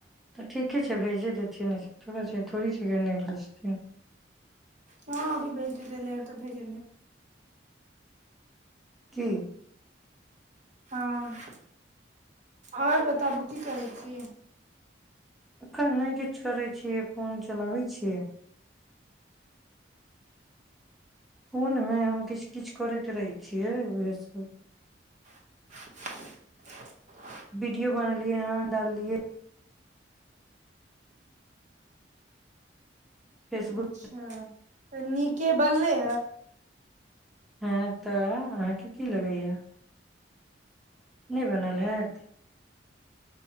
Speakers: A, in the centre; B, on the right.
A: तऽ ठीके छै भेजे देैतियै ने थोड़ छै थोड़ी छै कि नहि भचत
B: हँ अभी भेज ले तऽ भेज
A: की
B: हँ आओर बताबू की करै छी
A: एखन नहि किछु करै छियै फोन चलाबैत छियै फोनमे हम किछु किछु करैत रहै छियै उएहसभ
B: <unintelligible>
A: वीडियो बनेलियै हह डाललियै फेसबुक
B: अच्छा त नीक क बललय
A: हँ तऽ अहाँके की लगैया नहि बनल हैत